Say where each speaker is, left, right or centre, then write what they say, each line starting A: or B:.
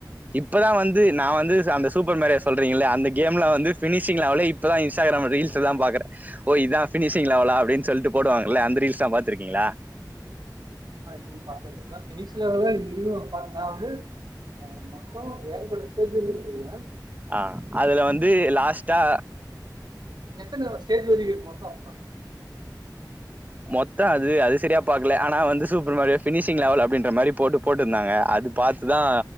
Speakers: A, on the right; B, on the right.
A: இப்பதா வந்து நா வந்து ச அந்த சூப்பர் மேரியோ சொல்றீங்கல்லயா அந்த கேம்ல வந்து பினிஷிங் லெவலே இப் இப்பதா இஸ்டாகிராம்ல ரீல்ஸ்ல தா பாக்றே ஓ இதா ஃபினிஷிங் லெவலா அப்படின் சொல்ட்டு போடுவாங்கல்ல அந்த ரீல்ஸ்லா பாத்திருக்கீங்களா
B: ஆ நீ பாத்ததுதா ஃபினிஷ் லெவல்லா வீடியோ பாத்து நா வந்து ஆமா மோ ஏகப்பட்ட ஸ்டேஜ் இன்னு இருக்குங்ளா
A: ஆ அதுல வந்து லாஸ்டா
B: எத்தன லெவல் ஸ்டேஜ் வரயு இருக்கு மொத்தோ நா
A: மொத்தோ அது அது சரியா பாக்கல ஆனா வந்து சூப்பர் மாரியோ ஃபினிஷிங் லெவல் அப்படின்ற மாரி போடு போட்டுருந்தாங்க அது பாத்துதா